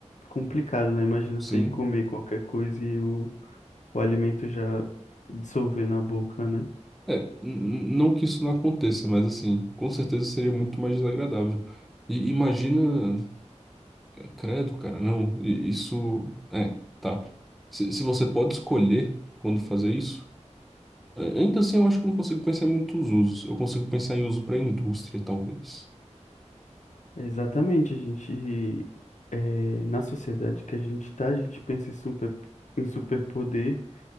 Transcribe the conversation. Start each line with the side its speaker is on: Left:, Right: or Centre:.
Left: complicado, né? Imagina
Centre: sim.
Left: você ir comer qualquer coisa e o, o alimento já dissolver na boca, né?
Centre: É, n- n- não que isso não aconteça, mas assim, com certeza seria muito mais desagradável. E imagina, é, credo, cara, não, i- isso, é, tá. Se, se você pode escolher quando fazer isso, a- ainda assim eu acho que eu não consigo pensar em muitos usos. Eu consigo pensar em uso para indústria, talvez.
Left: Exatamente, a gente, eh, na sociedade que a gente tá, a gente pensa em super, em superpoder,